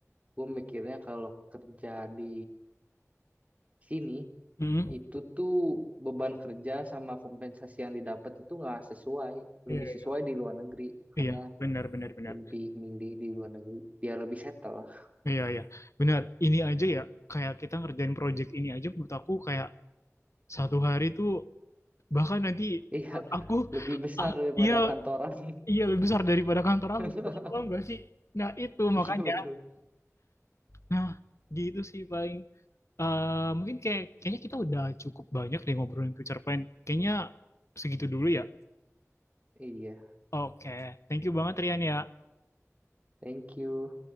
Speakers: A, on the right (about 25°); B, on the left (about 60°).
A: Gue mikirnya kalau kerja di sini
B: Mm-mm.
A: itu tuh beban kerja sama kompensasi yang didapat itu nggak sesuai,
B: Iya,
A: lebih sesuai
B: iya.
A: di luar negeri. Makanya
B: Iya, benar benar benar.
A: lebih milih di luar negeri biar lebih settle. <laughs>
B: Iya, iya. Benar. Ini aja ya kayak kita ngerjain project ini aja menurut aku kayak satu hari tuh bahkan nanti
A: Iya,
B: menurut aku
A: lebih besar
B: ah,
A: daripada
B: iya
A: kantoran.
B: iya lebih besar daripada kantor
A: <laughs>
B: aku gitu. Paham gak sih? Nah, itu
A: Iya
B: makanya.
A: betul.
B: Nah, gitu sih paling Eh, mungkin kayak kayaknya kita udah cukup banyak deh ngobrolin future plan. Kayaknya segitu dulu ya.
A: Iya,
B: Oke, okay. thank you banget Rian ya.
A: thank you.